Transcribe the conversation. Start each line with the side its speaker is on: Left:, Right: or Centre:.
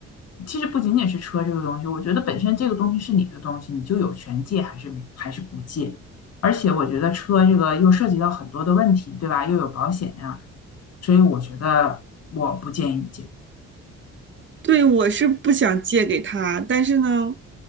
Left: 其实不仅仅是车这个东西，我觉得本身这个东西是你的东西，你就有权借还是没还是不借。而且我觉得车这个又涉及到很多的问题，对吧？又有保险呀、所以我觉得我不建议你借。
Right: 对，我是不想借给他，但是呢，